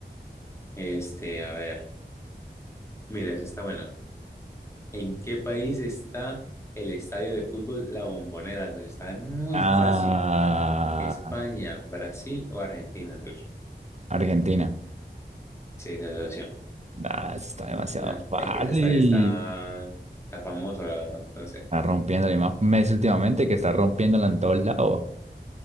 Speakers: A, on the left (about 15°); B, on the right (about 40°).
A: Este, a ver, mira, esa está buena. ¿En qué país está el estadio de fútbol La Bombonera? socio? está muy
B: Ah,
A: fácil. ¿España, Brasil o Argentina? socio?
B: Argentina.
A: Sí, esa asociación.
B: Ah, eso está demasiado
A: No,
B: fácil.
A: es que ese estadio está, está famoso, la verdad. Entonces,
B: Está rompiendo y más Messi últimamente que está rompiéndola en todos lados.